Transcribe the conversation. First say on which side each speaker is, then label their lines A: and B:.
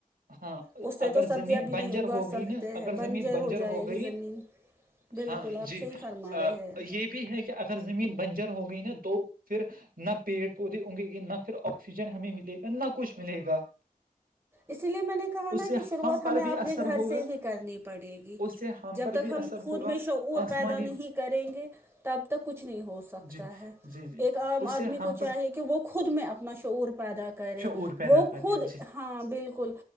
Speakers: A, on the right; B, on the right.
A: ہاں
B: اس سے
A: اگر
B: تو سبزیاں
A: زمین
B: بھی
A: بنجر
B: نہیں اگا
A: ہو گئی
B: سکتے
A: نا
B: ہیں
A: اگر زمین بنجر
B: جائے
A: ہو گئی
B: گی زمین بالکل
A: ہاں
B: آپ
A: جی یہ
B: صحیح فرما رہے ہیں
A: یہ بھی ہے کہ اگر زمین بنجر ہو گئی نا تو پھر نہ پیڑ پودے اگے گے نہ پھر آکسیجن ہمیں ملے گا نہ کچھ ملے گا
B: اسی لیے میں نے کہا
A: اس
B: نا
A: سے
B: کہ شروعات
A: ہم
B: ہمیں
A: پر بھی
B: اپنے
A: اثر
B: گھر
A: ہوگا
B: سے ہی کرنی پڑے گی
A: اس سے
B: جب
A: پر
B: تک
A: بھی
B: ہم
A: اثر
B: خود
A: ہوگا
B: میں شعور
A: آسمانی
B: پیدا نہیں کریں گے تب کچھ نہیں ہو سکتا
A: جی
B: ہے
A: جی جی
B: ایک عام
A: اس
B: آدمی
A: سے ہم
B: کو
A: پر
B: چاہیے کہ وہ خود میں اپنا شعور پیدا کر کرے
A: شعور پیدا
B: وہ خود
A: کریے جی
B: ہاں بالکل